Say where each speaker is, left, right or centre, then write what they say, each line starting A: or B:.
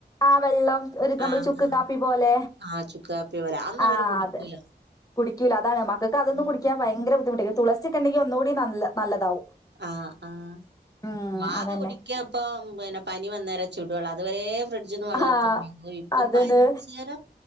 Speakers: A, on the left (about 20°); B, on the right (about 80°).
A: ആഹ് വെള്ളം ഒരു നമ്മള്
B: ആഹ്
A: ചുക്ക്
B: ആഹ്
A: കാപ്പി പോലെ
B: ആഹ് ചുക്കാപ്പി പോലെ അതൊന്നും
A: ആ
B: അവര് കുടിക്കൂല
A: ത് കുടിക്കൂല അതാണ് മക്കൾക്ക് അതൊന്ന്
B: ഉം
A: കുടിക്കൻ ഭയങ്കര ബുദ്ധിമുട്ട തുള സിക്കെണ്ടെങ്കിൽ ഒന്നുകൂടി നല്ലതാവും
B: ആഹ് ആഹ്
A: ഉം
B: മാക
A: അതന്നെ
B: കൊടി ക്ക ഇപ്പം പിന്നെ പനി വന്നേരെ ചുടുവള്ള അതുവരെ ഫ്രി ജിന്ന് വെള്ളം
A: ആഹ്
B: എടുത്ത് കുടിക്ക ഇപ്പൊ
A: അതന്നെ
B: പനിചര